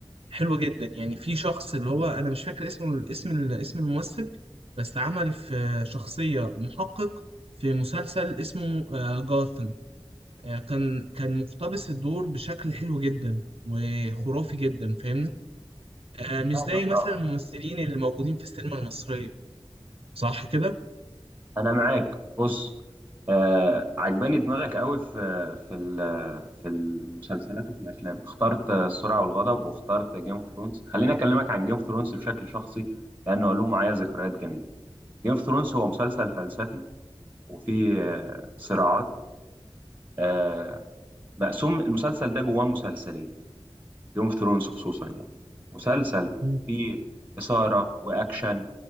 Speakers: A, on the right; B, on the right.
A: حلوة جدا يعني في شخص اللي هو أنا مش فاكر اسمه اسم اسم الممثل بس عمل في شخصية محقق في مسلسل اسمه آه، جاثم آه، كان كان مقتبس الدور بشكل حلو جدا وخرافي جدا فاهمني آه، مش
B: فاهمك
A: زي مثلا
B: اه
A: الممثلين اللي موجودين في السينما المصرية صح كده؟
B: أنا معاك بص آه عجباني دماغك قوي في في ال- في المسلسلات وفي الأفلام اخترت آه، السرعة والغضب واخترت جيم اوف ثرونز خليني أكلمك عن جيم اوف ثرونز بشكل شخصي لأنه له معايا ذكريات جميلة جيم اوف ثرونز هو مسلسل فلسفي وفيه آه صراعات آه مقسوم المسلسل ده جواه مسلسلين جيم اوف ثرونز خصوصا يعني مسلسل
A: مم.
B: فيه إثارة وأكشن